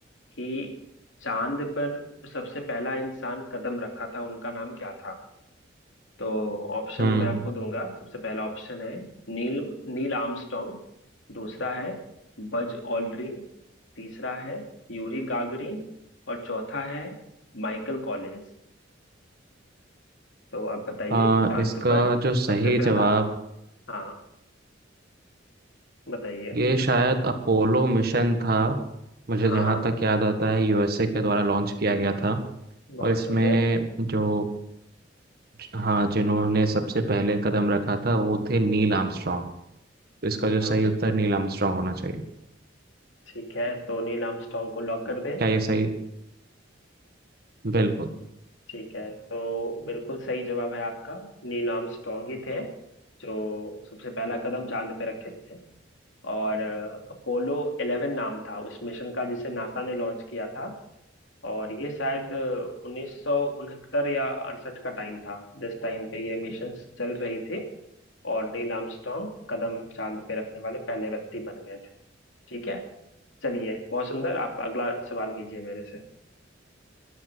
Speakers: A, on the left (about 80°); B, on the right (about 50°).
A: कि चांद पर जो सबसे पहला इंसान कदम रखा था उनका नाम क्या था तो ऑप्शन
B: हम्म
A: मैं आपको दूंगा सबसे पहला ऑप्शन है नील नील आर्मस्ट्रॉन्ग दूसरा है बज ऑल्ड्रिन तीसरा है यूरी गागरिन और चौथा है माइकल कॉलिंस तो आप बताइए
B: आ,
A: कि चांद
B: इसका
A: पर
B: जो सही
A: सबसे पहला
B: जवाब
A: हाँ बताइए
B: ये शायद अपोलो मिशन था मुझे
A: हाँ
B: जहाँ तक याद आता है यूएसए के द्वारा लॉन्च किया गया था
A: बहुत
B: और इसमें
A: सुंदर
B: जो हाँ जिन्होंने सबसे पहले कदम रखा था वो थे नील आर्मस्ट्रॉन्ग तो इसका
A: Neil
B: जो सही
A: Armstrong
B: उत्तर नील आर्मस्ट्रॉन्ग होना चाहिए
A: ठीक है तो नील आर्मस्ट्रॉन्ग को लॉक कर दें
B: क्या ये सही बिल्कुल
A: ठीक है तो बिल्कुल सही जवाब है आपका नील आर्मस्ट्रॉन्ग ही थे जो सबसे पहला कदम चांद पे रखे थे और अपोलो 11 नाम था उस मिशन का जिसे नासा ने लॉन्च किया था और ये शायद उन्नीस सौ उनहत्तर या अड़सठ का टाइम था जिस टाइम पे ये मिशन चल रही थी और नील आर्मस्ट्रॉन्ग कदम चांद पे रखने वाले पहले व्यक्ति बन गए थे ठीक है चलिए बहुत सुंदर आप अगला सवाल कीजिए मेरे से